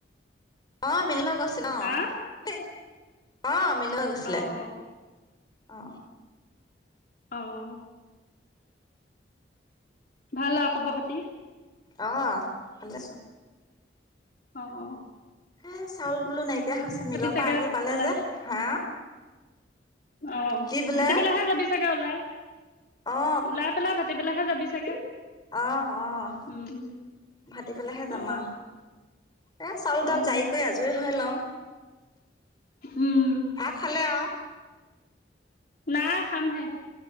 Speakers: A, on the left; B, on the left.
A: আহ মিললৈ গৈছিল ন
B: হা
A: আহ মিললৈ গৈছিলে।
B: অ অ
A: অহ
B: আহ। ভাল আৰু খবৰ খাতি।
A: আহ 'ভালে আছো।
B: অহ
A: হে চাউল বুলো নাইকিয়া হৈছে। মিলৰ
B: চাগে
A: পৰা আহি পালে
B: ওলাই
A: যে হা।
B: অ
A: কি বোলে
B: ভাতিবেলাহে যাবি চাগে অলপ
A: অ
B: ওলাই পেলাই ভাতিবেলা হে যাবি চাগে।
A: আহ আহ
B: উম
A: ভাতি পেলাইহে যামা
B: অ
A: আৰু এ চাউল
B: অ
A: তাউল জাই কৰি আজৰি হৈ লওঁ।
B: উম
A: ভাত খালে আৰু।
B: নাই খামহে।